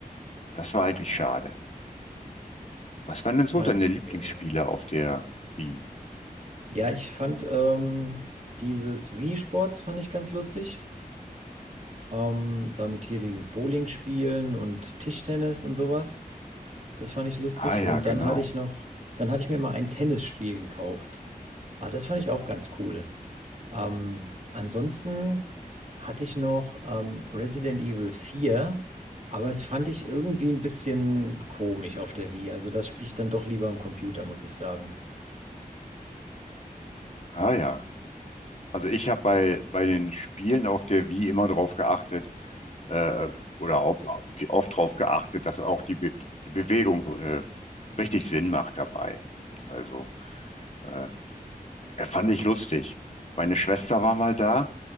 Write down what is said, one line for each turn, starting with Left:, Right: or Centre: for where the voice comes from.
Left: Das war eigentlich schade. Was waren denn so
Right: ah,
Left: deine
Right: ich verstehe.
Left: Lieblingsspiele
Right: Ja,
Left: auf der Wii?
Right: Ja, ich fand ähm, dieses Wii-Sports fand ich ganz lustig. Ähm, damit hier diese Bowling spielen und Tischtennis und sowas. Das fand ich lustig.
Left: Ah ja,
Right: Und
Left: genau.
Right: dann hatte ich noch, dann hatte ich mir mal ein Tennisspiel gekauft. Ah, das fand ich auch ganz cool. Ähm, ansonsten hatte ich noch ähm, Resident Evil vier, aber es fand ich irgendwie ein bisschen komisch auf der Wii. Also das spiele ich dann doch lieber am Computer, muss ich sagen.
Left: Ah ja. Also ich habe bei, bei den Spielen auf der Wii immer drauf geachtet, äh, oder oft, oft drauf geachtet, dass auch die, Be die Bewegung äh, richtig Sinn macht dabei. Also äh, Er fand ich lustig. Meine Schwester war mal da